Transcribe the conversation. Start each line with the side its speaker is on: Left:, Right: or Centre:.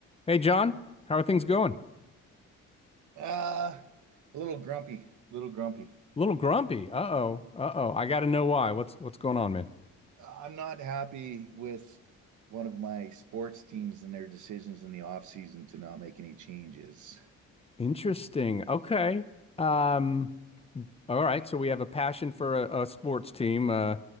Left: Hey John, how are things going?
Right: Uh, a little grumpy, little grumpy.
Left: A little grumpy. Uh-oh. Uh-oh. I got to know why. What's what's going on, man?
Right: I'm not happy with one of my sports teams and their decisions in the offseason to not make any changes.
Left: Interesting. Okay. Um, all right. So we have a passion for a, a sports team. Uh,